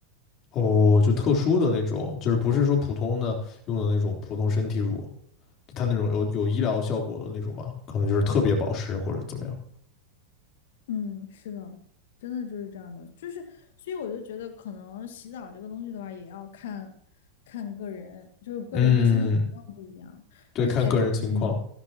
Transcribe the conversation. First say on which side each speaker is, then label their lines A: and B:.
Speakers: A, on the left (about 35°); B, on the left (about 55°).
A: 哦，就特殊的那种，就是不是说普通的用的那种普通身体乳，它那种有有医疗效果的那种嘛，可能就是特别保湿或者怎么样。
B: 嗯，是的，真的就是这样的，就是，所以我就觉得，可能洗澡这个东西的话，也要看看个人，就是个人的身体情况不一样，
A: 嗯，对，
B: 而且你
A: 看个人情况。